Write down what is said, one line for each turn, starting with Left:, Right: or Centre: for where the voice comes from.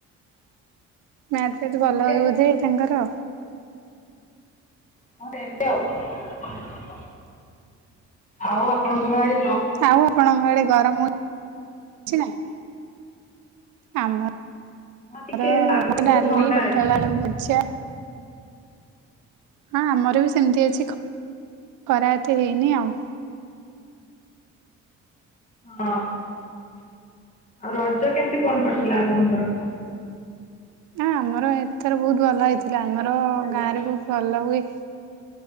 Right: ମ୍ୟାଥ୍ ଫ୍ୟାତ୍
Left: ସେମିତି
Right: ଭଲ ହୁଏ
Left: ଆଉ
Right: ବୋଧେ ତାଙ୍କର?
Left: ହଁ ଏମତି ଆଉ। ଆଉ ଆପଣଙ୍କର ଆଇ
Right: ଆଉ ଆପଣଙ୍କ ଆଡେ ଗରମ ଅଛି ନା? ଆମର
Left: ହଁ ଟିକେ ପାଗ କିନ୍ତୁ
Right: ଡାଲି,
Left: ଥଣ୍ଡା
Right: କୋଟଳ
Left: ଅଛି।
Right: ଆଳୁ ଭଜା ହଁ, ଆମର ବି ସେମିତି ଅଛି। ଖରା ଏତେ ହେଇନି ଆଉ।
Left: ହଁ। ଆଉ ରଜ କେମିତି କଣ କରିଥିଲା ଆପଣଙ୍କର?
Right: ନା ଆମର ଏଥର ବହୁତ ଭଲ ହେଇଥିଲା। ଆମର
Left: ହ୍ୟାଲୋ।
Right: ଗାଁ ରେ ବହୁତ ଭଲ ହୁଏ।